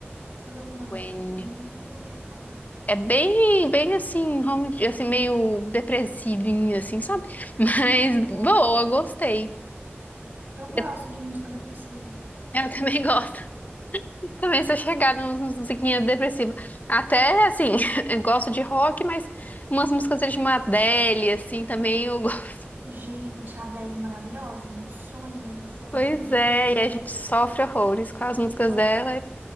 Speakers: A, on the right; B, on the left.
A: Slow Money,
B: Wen.
A: nunca ouvi falar.
B: É bem, bem assim, rom- assim, meio depressivinho assim, sabe? <laughs> Mas
A: Ai, eu gosto.
B: boa, gostei.
A: Eu
B: <laughs>
A: gosto
B: De-
A: de música depressiva.
B: Eu também <laughs> gosto. Também sou chegada nas nas musiquinhas depressivas. Até, assim, <laughs> eu gosto de rock, mas umas músicas de uma Adele, assim, também eu gosto. <laughs>
A: Gente, a Adele é maravilhosa, meu sonho é um show
B: Pois
A: dela,
B: é,
A: juro.
B: e a gente sofre horrores com as músicas
A: Só
B: dela